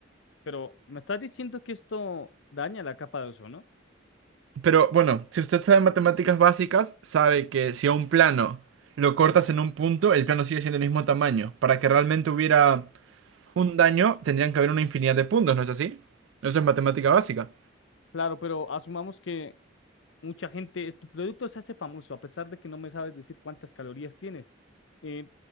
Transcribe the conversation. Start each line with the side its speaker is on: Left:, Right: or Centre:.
Left: Pero me estás diciendo que esto daña la capa de ozono.
Right: Pero bueno, si usted sabe matemáticas básicas, sabe que si a un plano lo cortas en un punto, el plano sigue siendo el mismo tamaño. Para que realmente hubiera un daño, tendrían que haber una infinidad de puntos, ¿no es así? Eso es matemática básica.
Left: Claro, pero asumamos que mucha gente, es- tu producto se hace famoso, a pesar de que no me sabes decir cuántas calorías tiene. Eh,